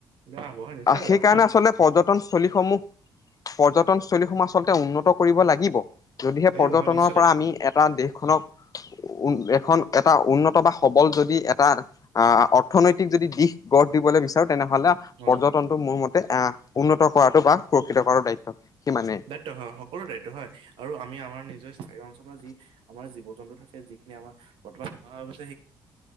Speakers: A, on the right; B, on the left.
A: বেয়া হ'ব হয় নিশ্চয় বেয়া
B: সেইকাৰণে
A: হ'ব।
B: আচলতে পৰ্যটনস্থলী সমূহ। পৰ্যটনস্থলীসমূহ আচলতে উন্নত কৰিব লাগিব যদিহে
A: লাগিব
B: পৰ্যটনৰ
A: হয় নিশ্চয়
B: পৰা
A: লাগিব।
B: আমি এটা দেশখনক উ এখন এটা উন্নত বা সবল যদি এটা আহ অৰ্থনৈতিক যদি দিশ গঢ় দিবলৈ বিচাৰো। তেনেহলে
A: হয়,
B: পৰ্যটনটো মোৰ মতে এ উন্নত কৰাটো বা সুৰক্ষিত কৰাটো দায়িত্ব। সিমানে
A: দায়িত্ব হয় সকলো দায়িত্ব হয় আৰু আমি আমাৰ নিজস্ব <unintelligible> অঞ্চলৰ যি আমাৰ জীৱ জন্তু থাকে যিন আমাৰ বৰ্তমান <unintelligible>